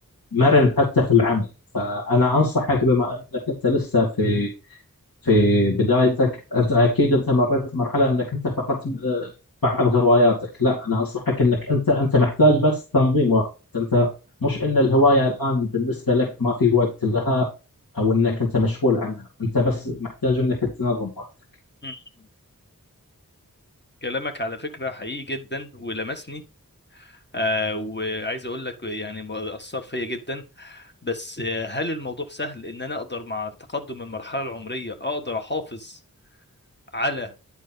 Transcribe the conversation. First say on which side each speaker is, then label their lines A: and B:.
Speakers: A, on the left (about 80°); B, on the left (about 30°).
A: مرن حتى في العمل فأنا أنصحك بما أنك أنت لسه في في بدايتك أنت أكيد أنت مريت مرحلة أنك أنت فقدت آه، بعض هواياتك لا أنا أنصحك أنك أنت أنت محتاج بس تنظيم وقت أنت مش أن الهواية الآن بالنسبة لك ما في وقت لها أو أنك أنت مشغول عنها أنت بس محتاج أنك تنظم وقتك
B: م- كلامك على فكرة حقيقي جدا ولمسني آه وعايز اقول لك يعني اثر فيا جدا بس آه، هل الموضوع سهل ان انا اقدر مع تقدم المرحله العمريه اقدر احافظ على